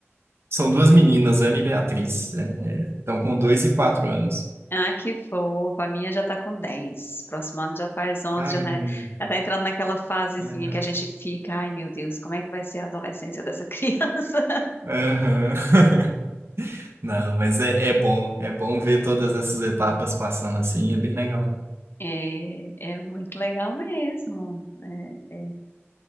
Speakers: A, on the right; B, on the left.
A: São duas meninas, Ana e Beatriz. É, estão com dois e quatro anos.
B: Ah, que fofa. A minha já tá com 10. Próximo ano já faz onze,
A: Caramba,
B: já tá, já tá entrando naquela fasezinha
A: que legal.
B: que a gente fica, ai meu Deus, como é que vai ser a adolescência dessa <laughs> criança?
A: Aham. <laughs> Não, mas é, é bom. É bom ver todas essas etapas passando assim. É bem legal.
B: É, é muito legal mesmo. É, é,